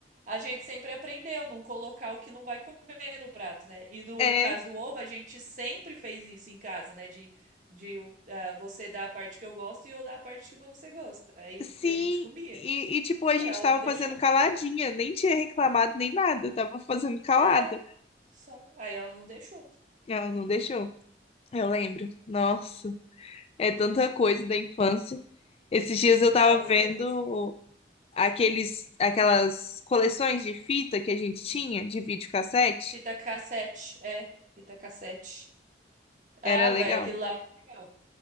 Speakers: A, on the right; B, on the left.
A: a gente sempre aprendeu não colocar o que não vai comer no prato, né? E no
B: É,
A: caso do ovo, a gente sempre fez isso em casa, né? De, de ah, você dar a parte que eu gosto e eu dar a parte que você gosta. Aí
B: sim.
A: a gente comia.
B: E, e, tipo, a
A: E
B: gente
A: ela
B: tava
A: não deixou.
B: fazendo caladinha, nem tinha reclamado nem nada, tava fazendo calada.
A: É, só. Aí ela não deixou.
B: Ela não deixou. Eu lembro. Nossa, é tanta coisa da infância. Esses dias eu
A: Não,
B: tava
A: é muita
B: vendo
A: coisa.
B: aqueles, aquelas coleções de fita que a gente tinha de videocassete,
A: Fita cassete, é, fita cassete. Ah,
B: era
A: velho,
B: legal.
A: aquilo lá era legal.